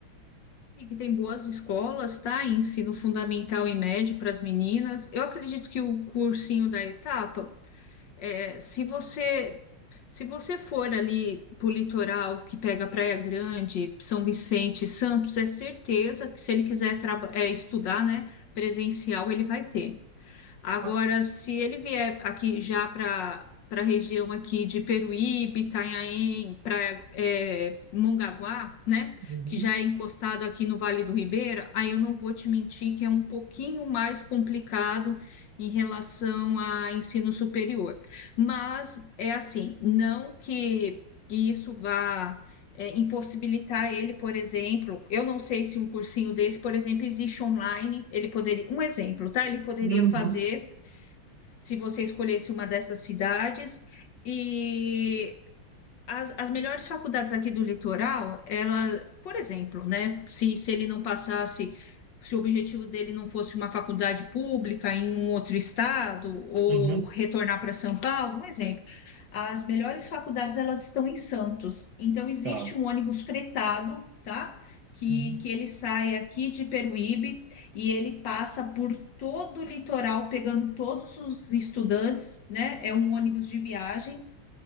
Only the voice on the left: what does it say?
E que tem boas escolas, tá? Ensino fundamental e médio para as meninas. Eu acredito que o cursinho da etapa, é, se você Se você for ali pro litoral que pega Praia Grande, São Vicente, e Santos, é certeza que se ele quiser traba- é, estudar, né, presencial, ele vai ter. Agora,
se ele vier aqui já para para a região aqui de Peruíbe, Itanhaém, para Mongaguá, né,
que já é encostado aqui no Vale do Ribeira, aí eu não vou te mentir que é um pouquinho mais complicado em relação a ensino superior. Mas é assim, não que que isso vá é, impossibilitar ele, por exemplo, eu não sei se um cursinho desse, por exemplo, existe online, ele poderia, um exemplo, tá? Ele poderia
fazer se você escolhesse uma dessas cidades. E as, as melhores faculdades aqui do litoral, ela, por exemplo, né, se, se ele não passasse, se o objetivo dele não fosse uma faculdade pública em um outro estado ou
retornar para São Paulo, um exemplo, as melhores faculdades elas estão em Santos. Então existe
um ônibus fretado, tá? Que,
que ele sai aqui de Peruíbe e ele passa por todo o litoral, pegando todos os estudantes, né? É um ônibus de viagem